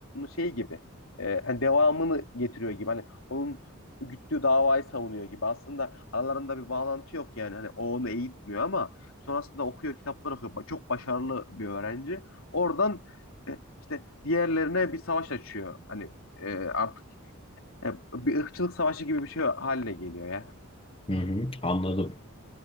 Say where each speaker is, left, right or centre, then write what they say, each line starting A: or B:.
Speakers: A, on the left (about 70°); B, on the left (about 25°).
A: şey gibi e, hani devamını getiriyor gibi hani onun güttüğü davayı savunuyor gibi. Aslında aralarında bir bağlantı yok yani hani o onu eğitmiyor ama sonrasında okuyor kitaplar okuyor. Ba- Çok başarılı bir öğrenci. Oradan e, işte diğerlerine bir savaş açıyor. Hani e, artık e, bir ırkçılık savaşı gibi bir şey haline geliyor ya.
B: Hı hı. Anladım.